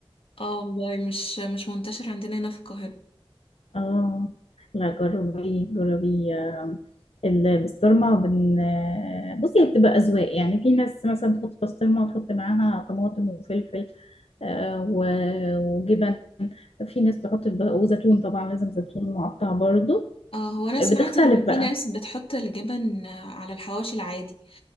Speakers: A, on the left (about 65°); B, on the left (about 85°).
A: اه والله مش مش منتشر عندنا هنا في القاهره
B: اه لا جربي جربي آه، البسطرمه بن آه، بصي هي بتبقى اذواق يعني في ناس مثلا تحط بسطرمه وتحط معاها طماطم وفلفل آه، و- وجبن في ناس تحط الب... وزيتون طبعا لازم زيتون مقطع برضو
A: اه هو انا سمعت
B: بتختلف
A: ان
B: بقى
A: في ناس بتحط الجبن على الحواوشي العادي